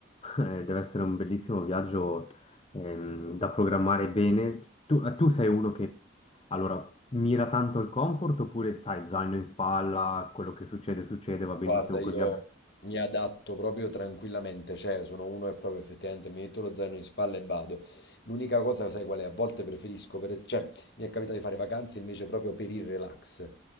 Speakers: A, on the left; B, on the left.
A: eh, deve essere un bellissimo viaggio ehm, da programmare bene. Tu, eh, tu sei uno che, allora, mira tanto al comfort oppure, sai, zaino in spalla, quello che succede, succede, va benissimo
B: Guarda, io
A: così. a-
B: mi adatto proprio tranquillamente, cioè sono uno che proprio effettivamente mi metto lo zaino in spalla e vado. L'unica cosa, sai qual è? A volte preferisco, per, es- cioè mi è capitato di fare vacanze invece proprio per il relax,